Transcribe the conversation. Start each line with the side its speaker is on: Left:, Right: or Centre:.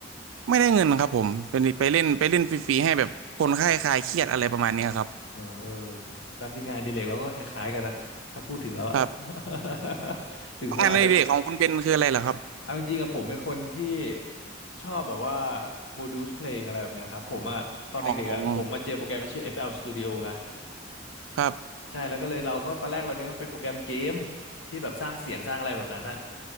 Right: ไม่ได้เงินครับผมเป็นไปเล่นไปเล่นฟรีๆให้แบบคนไข้คลายเครียดอะไรประมาณเนี้ยครับ
Left: เออเออจริงตามจริงงานอดิเรกเราก็คล้ายๆกันนะถ้าพูดถึงแล้วอะ
Right: ครับ
Left: <laughs> ถึงผมอาจจะ
Right: งานในเด็กของคุณเบนคืออะไรเหรอครับ
Left: เอาจริงๆอะผมเป็นคนที่ชอบแบบว่า produce เพลงอะไรแบบเนี้ยครับผมอะตอนเด็กๆอะผมมาเจอโปรแกรมที่ชื่อ
Right: อ๋อ
Left: FL Studio ไง
Right: ครับ
Left: ใช่แล้วก็เลยเราก็ตอนแรกเรานึกว่าเป็นโปรแกรมเกมที่แบบสร้างเสียงสร้างอะไรแบบนั้นอะ